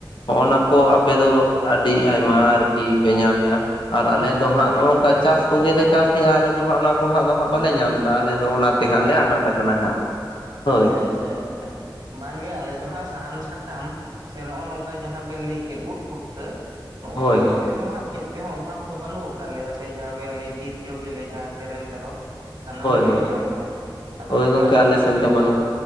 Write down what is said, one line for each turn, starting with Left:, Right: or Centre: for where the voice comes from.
Left: ᱦᱚᱸᱜᱼ ᱱᱟ ᱠᱚ ᱟᱯᱮ ᱫᱚ ᱟᱹᱰᱤ ᱟᱭᱢᱟ ᱟᱨᱠᱤ ᱯᱮ ᱧᱟᱢᱮᱫᱼᱟ ᱟᱨ ᱟᱞᱮ
Right: ᱦᱳᱭ
Left: ᱫᱚ ᱦᱟᱸᱜ
Right: ᱦᱳᱭ
Left: ᱱᱚᱜᱼᱚ ᱱᱚᱝᱠᱟ ᱪᱟᱥ ᱠᱚᱜᱮᱞᱮ ᱪᱟᱥᱮᱫᱼᱟ ᱟᱞᱮ ᱫᱚ ᱦᱟᱸᱜ ᱚᱱᱟ ᱠᱚ ᱦᱟᱸᱜ ᱫᱚ ᱦᱟᱸᱜ ᱵᱟᱞᱮ ᱧᱟᱢᱫᱟ ᱟᱞᱮ ᱫᱚ ᱚᱱᱟ ᱛᱮᱦᱟᱸᱜ
Right: ᱟᱪᱪᱷᱟ
Left: ᱞᱮ ᱟᱱᱟᱴ ᱠᱟᱱᱟ ᱦᱟᱸᱜ ᱦᱳᱭ
Right: ᱟᱪᱪᱷᱟ ᱟᱪᱪᱷᱟ ᱵᱟᱝᱜᱮ ᱟᱞᱮ ᱫᱚ ᱦᱟᱸᱜ ᱥᱟᱦᱟᱱ ᱥᱟᱠᱟᱢ ᱥᱮ ᱱᱚᱜᱼᱚ ᱱᱚᱝᱠᱟ ᱡᱟᱦᱟᱸ ᱵᱮᱱ ᱞᱟᱹᱭ ᱠᱮᱫ ᱩᱫ ᱯᱷᱩᱴᱠᱟᱹ ᱱᱚᱜᱼᱚ
Left: ᱦᱳᱭ
Right: ᱱᱚᱣᱟ ᱠᱚᱛᱮ ᱫᱚ ᱦᱟᱸᱜ ᱪᱮᱫ ᱛᱮᱦᱚᱸ ᱚᱵᱷᱟᱵᱽ ᱫᱚ ᱵᱟᱹᱱᱩᱜ ᱟᱠᱟᱫ ᱞᱮᱭᱟ ᱥᱮ ᱡᱟᱦᱟᱸᱵᱮᱱ ᱞᱟᱹᱭ ᱵᱤᱨ ᱡᱚ ᱵᱮᱤᱱ ᱞᱟᱹᱭ ᱡᱟᱦᱟᱸ ᱛᱮᱨᱮᱞ ᱛᱟᱨᱚᱵ ᱥᱟᱱᱟᱢ
Left: ᱦᱳᱭ
Right: ᱜᱮᱞᱮ
Left: ᱦᱳᱭ
Right: ᱧᱟᱢᱮᱫᱼᱟ ᱟᱫᱚ
Left: ᱦᱳᱭ
Right: ᱱᱮᱛᱟᱨ
Left: ᱜᱚᱝᱠᱮ ᱟᱞᱮ
Right: ᱫᱚ ᱱᱚᱜᱼᱚᱭ
Left: ᱥᱮᱱ ᱵᱟᱹᱱᱩᱜ
Right: ᱛᱚ